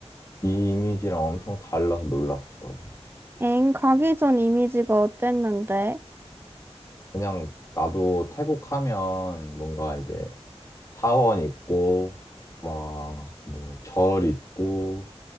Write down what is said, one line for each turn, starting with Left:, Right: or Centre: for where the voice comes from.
Left: 이 이미지랑 엄청 달라서 놀랐어.
Right: 엥, 가기 전 이미지가 어땠는데?
Left: 그냥 나도 태국 하면 뭔가 이제 사원 있고, 막 뭐 절 있고,